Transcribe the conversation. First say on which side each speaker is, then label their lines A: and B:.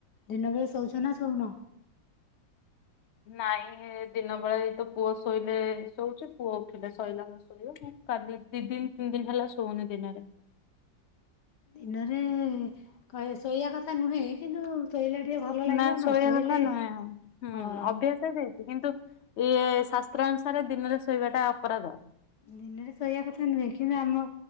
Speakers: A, on the left; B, on the left.
A: ଦିନ ବେଳେ ଶୋଉଚ ନା ଶଉନ?
B: ନାଇଁ ଦିନ ବେଳେ ତ ପୁଅ ଶୋଇଲେ ଶୋଉଚି ପୁଅ ଉଠିଲେ ଶୋଇଲା ନ ଶୋଇବ ମୁଁ କାଲି ଦି ଦିନ ତିନି ଦିନ ହେଲା ଶୋଉନି ଦିନରେ।
A: ଦିନରେ କ ଶୋଇବା କଥା ନୁହେଁ କିନ୍ତୁ ଶୋଇଲେ ଟିକେ ଭଲ ଲାଗିବ
B: ନା
A: ନ
B: ଶୋଇବା
A: ଶୋଇଲେ
B: କଥା ନୁହେଁଁ,
A: ହଁ
B: ଅଭ୍ୟାସ ହେଇଯାଇଚି କିନ୍ତୁ ଇଏ ଶାସ୍ତ୍ର ଅନୁସାରେ ଦିନରେ ଶୋଇବାଟା ଅପରାଧ।
A: ଦିନରେ ଶୋଇବା କଥା ନୁହେଁ କିନ୍ତୁ ଆମ